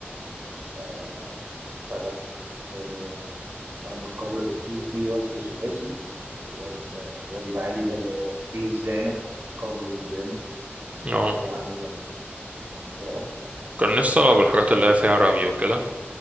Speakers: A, on the right (about 65°); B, on the right (about 30°).
A: آه، بتاع ده آه، قلنا القبض في في وثب ثلاثي وثب وثب عالي ده اللي هو وفي الزانة قفز بالزانة
B: اه
A: في عندك مطرقة
B: كان نفسي ألعب الحاجات اللي هي فيها رمي وكده